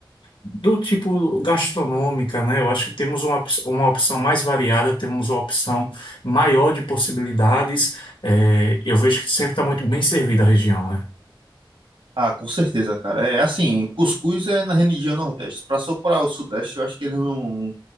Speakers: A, on the left; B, on the right.
A: do tipo gastronômica, né? Eu acho que temos uma, op- uma opção mais variada, temos uma opção maior de possibilidades. É, eu vejo que sempre está muito bem servida a região, né?
B: Ah, com certeza, cara. É assim, o cuscuz é na região Nordeste. Pra só para o Sudeste, eu acho que eles não,